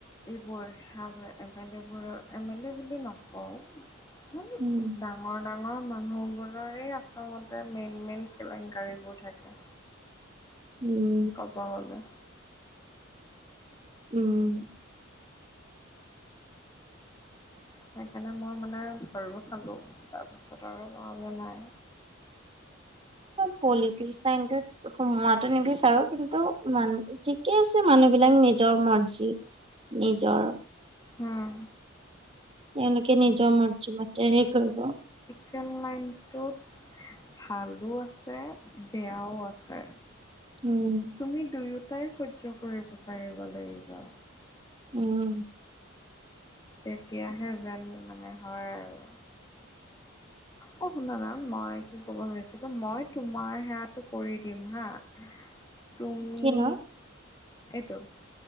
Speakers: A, on the left; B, on the right.
A: এইবোৰ সে এম এল এবোৰৰ এম এল এ বুলি নকওঁ। উম ডাঙৰ
B: উম
A: ডাঙৰ ডাঙৰ মানুহবোৰৰেই আচলতে মেইন মেইন কেলেংকাৰীবোৰ থাকে।
B: উম।
A: কপাবলে।
B: উম।
A: সেইকাৰণে মই মানে ভয়ো খালোঁ তাৰপাছত আৰু মই ভাবিলোঁ নাই।
B: অ পলিটিক্স লাইনটো সোমোৱটো নিবিচাৰো কিন্তু মান ঠিকে আছে মানুহ বিলাক নিজৰ মৰ্জি। নিজৰ।
A: উম,
B: এনেকে নিজৰ মৰ্জী মতে কৰিব।
A: কেন লাইনটোত- ভালো আছে বেয়াও আছে।
B: উম।
A: তুমি দুয়োটাই সহ্য কৰিব পাৰিব লাগিব।
B: উম।
A: তেতিয়াহে যেন মানে হয় আৰু। অঁ শুনা না, মই কি ক'ব খুজিছিলোঁ মই তোমাৰ সেৱাটো কৰি দিম হাঁ'।
B: <unintelligible>
A: তুমি
B: কিনো
A: এইটো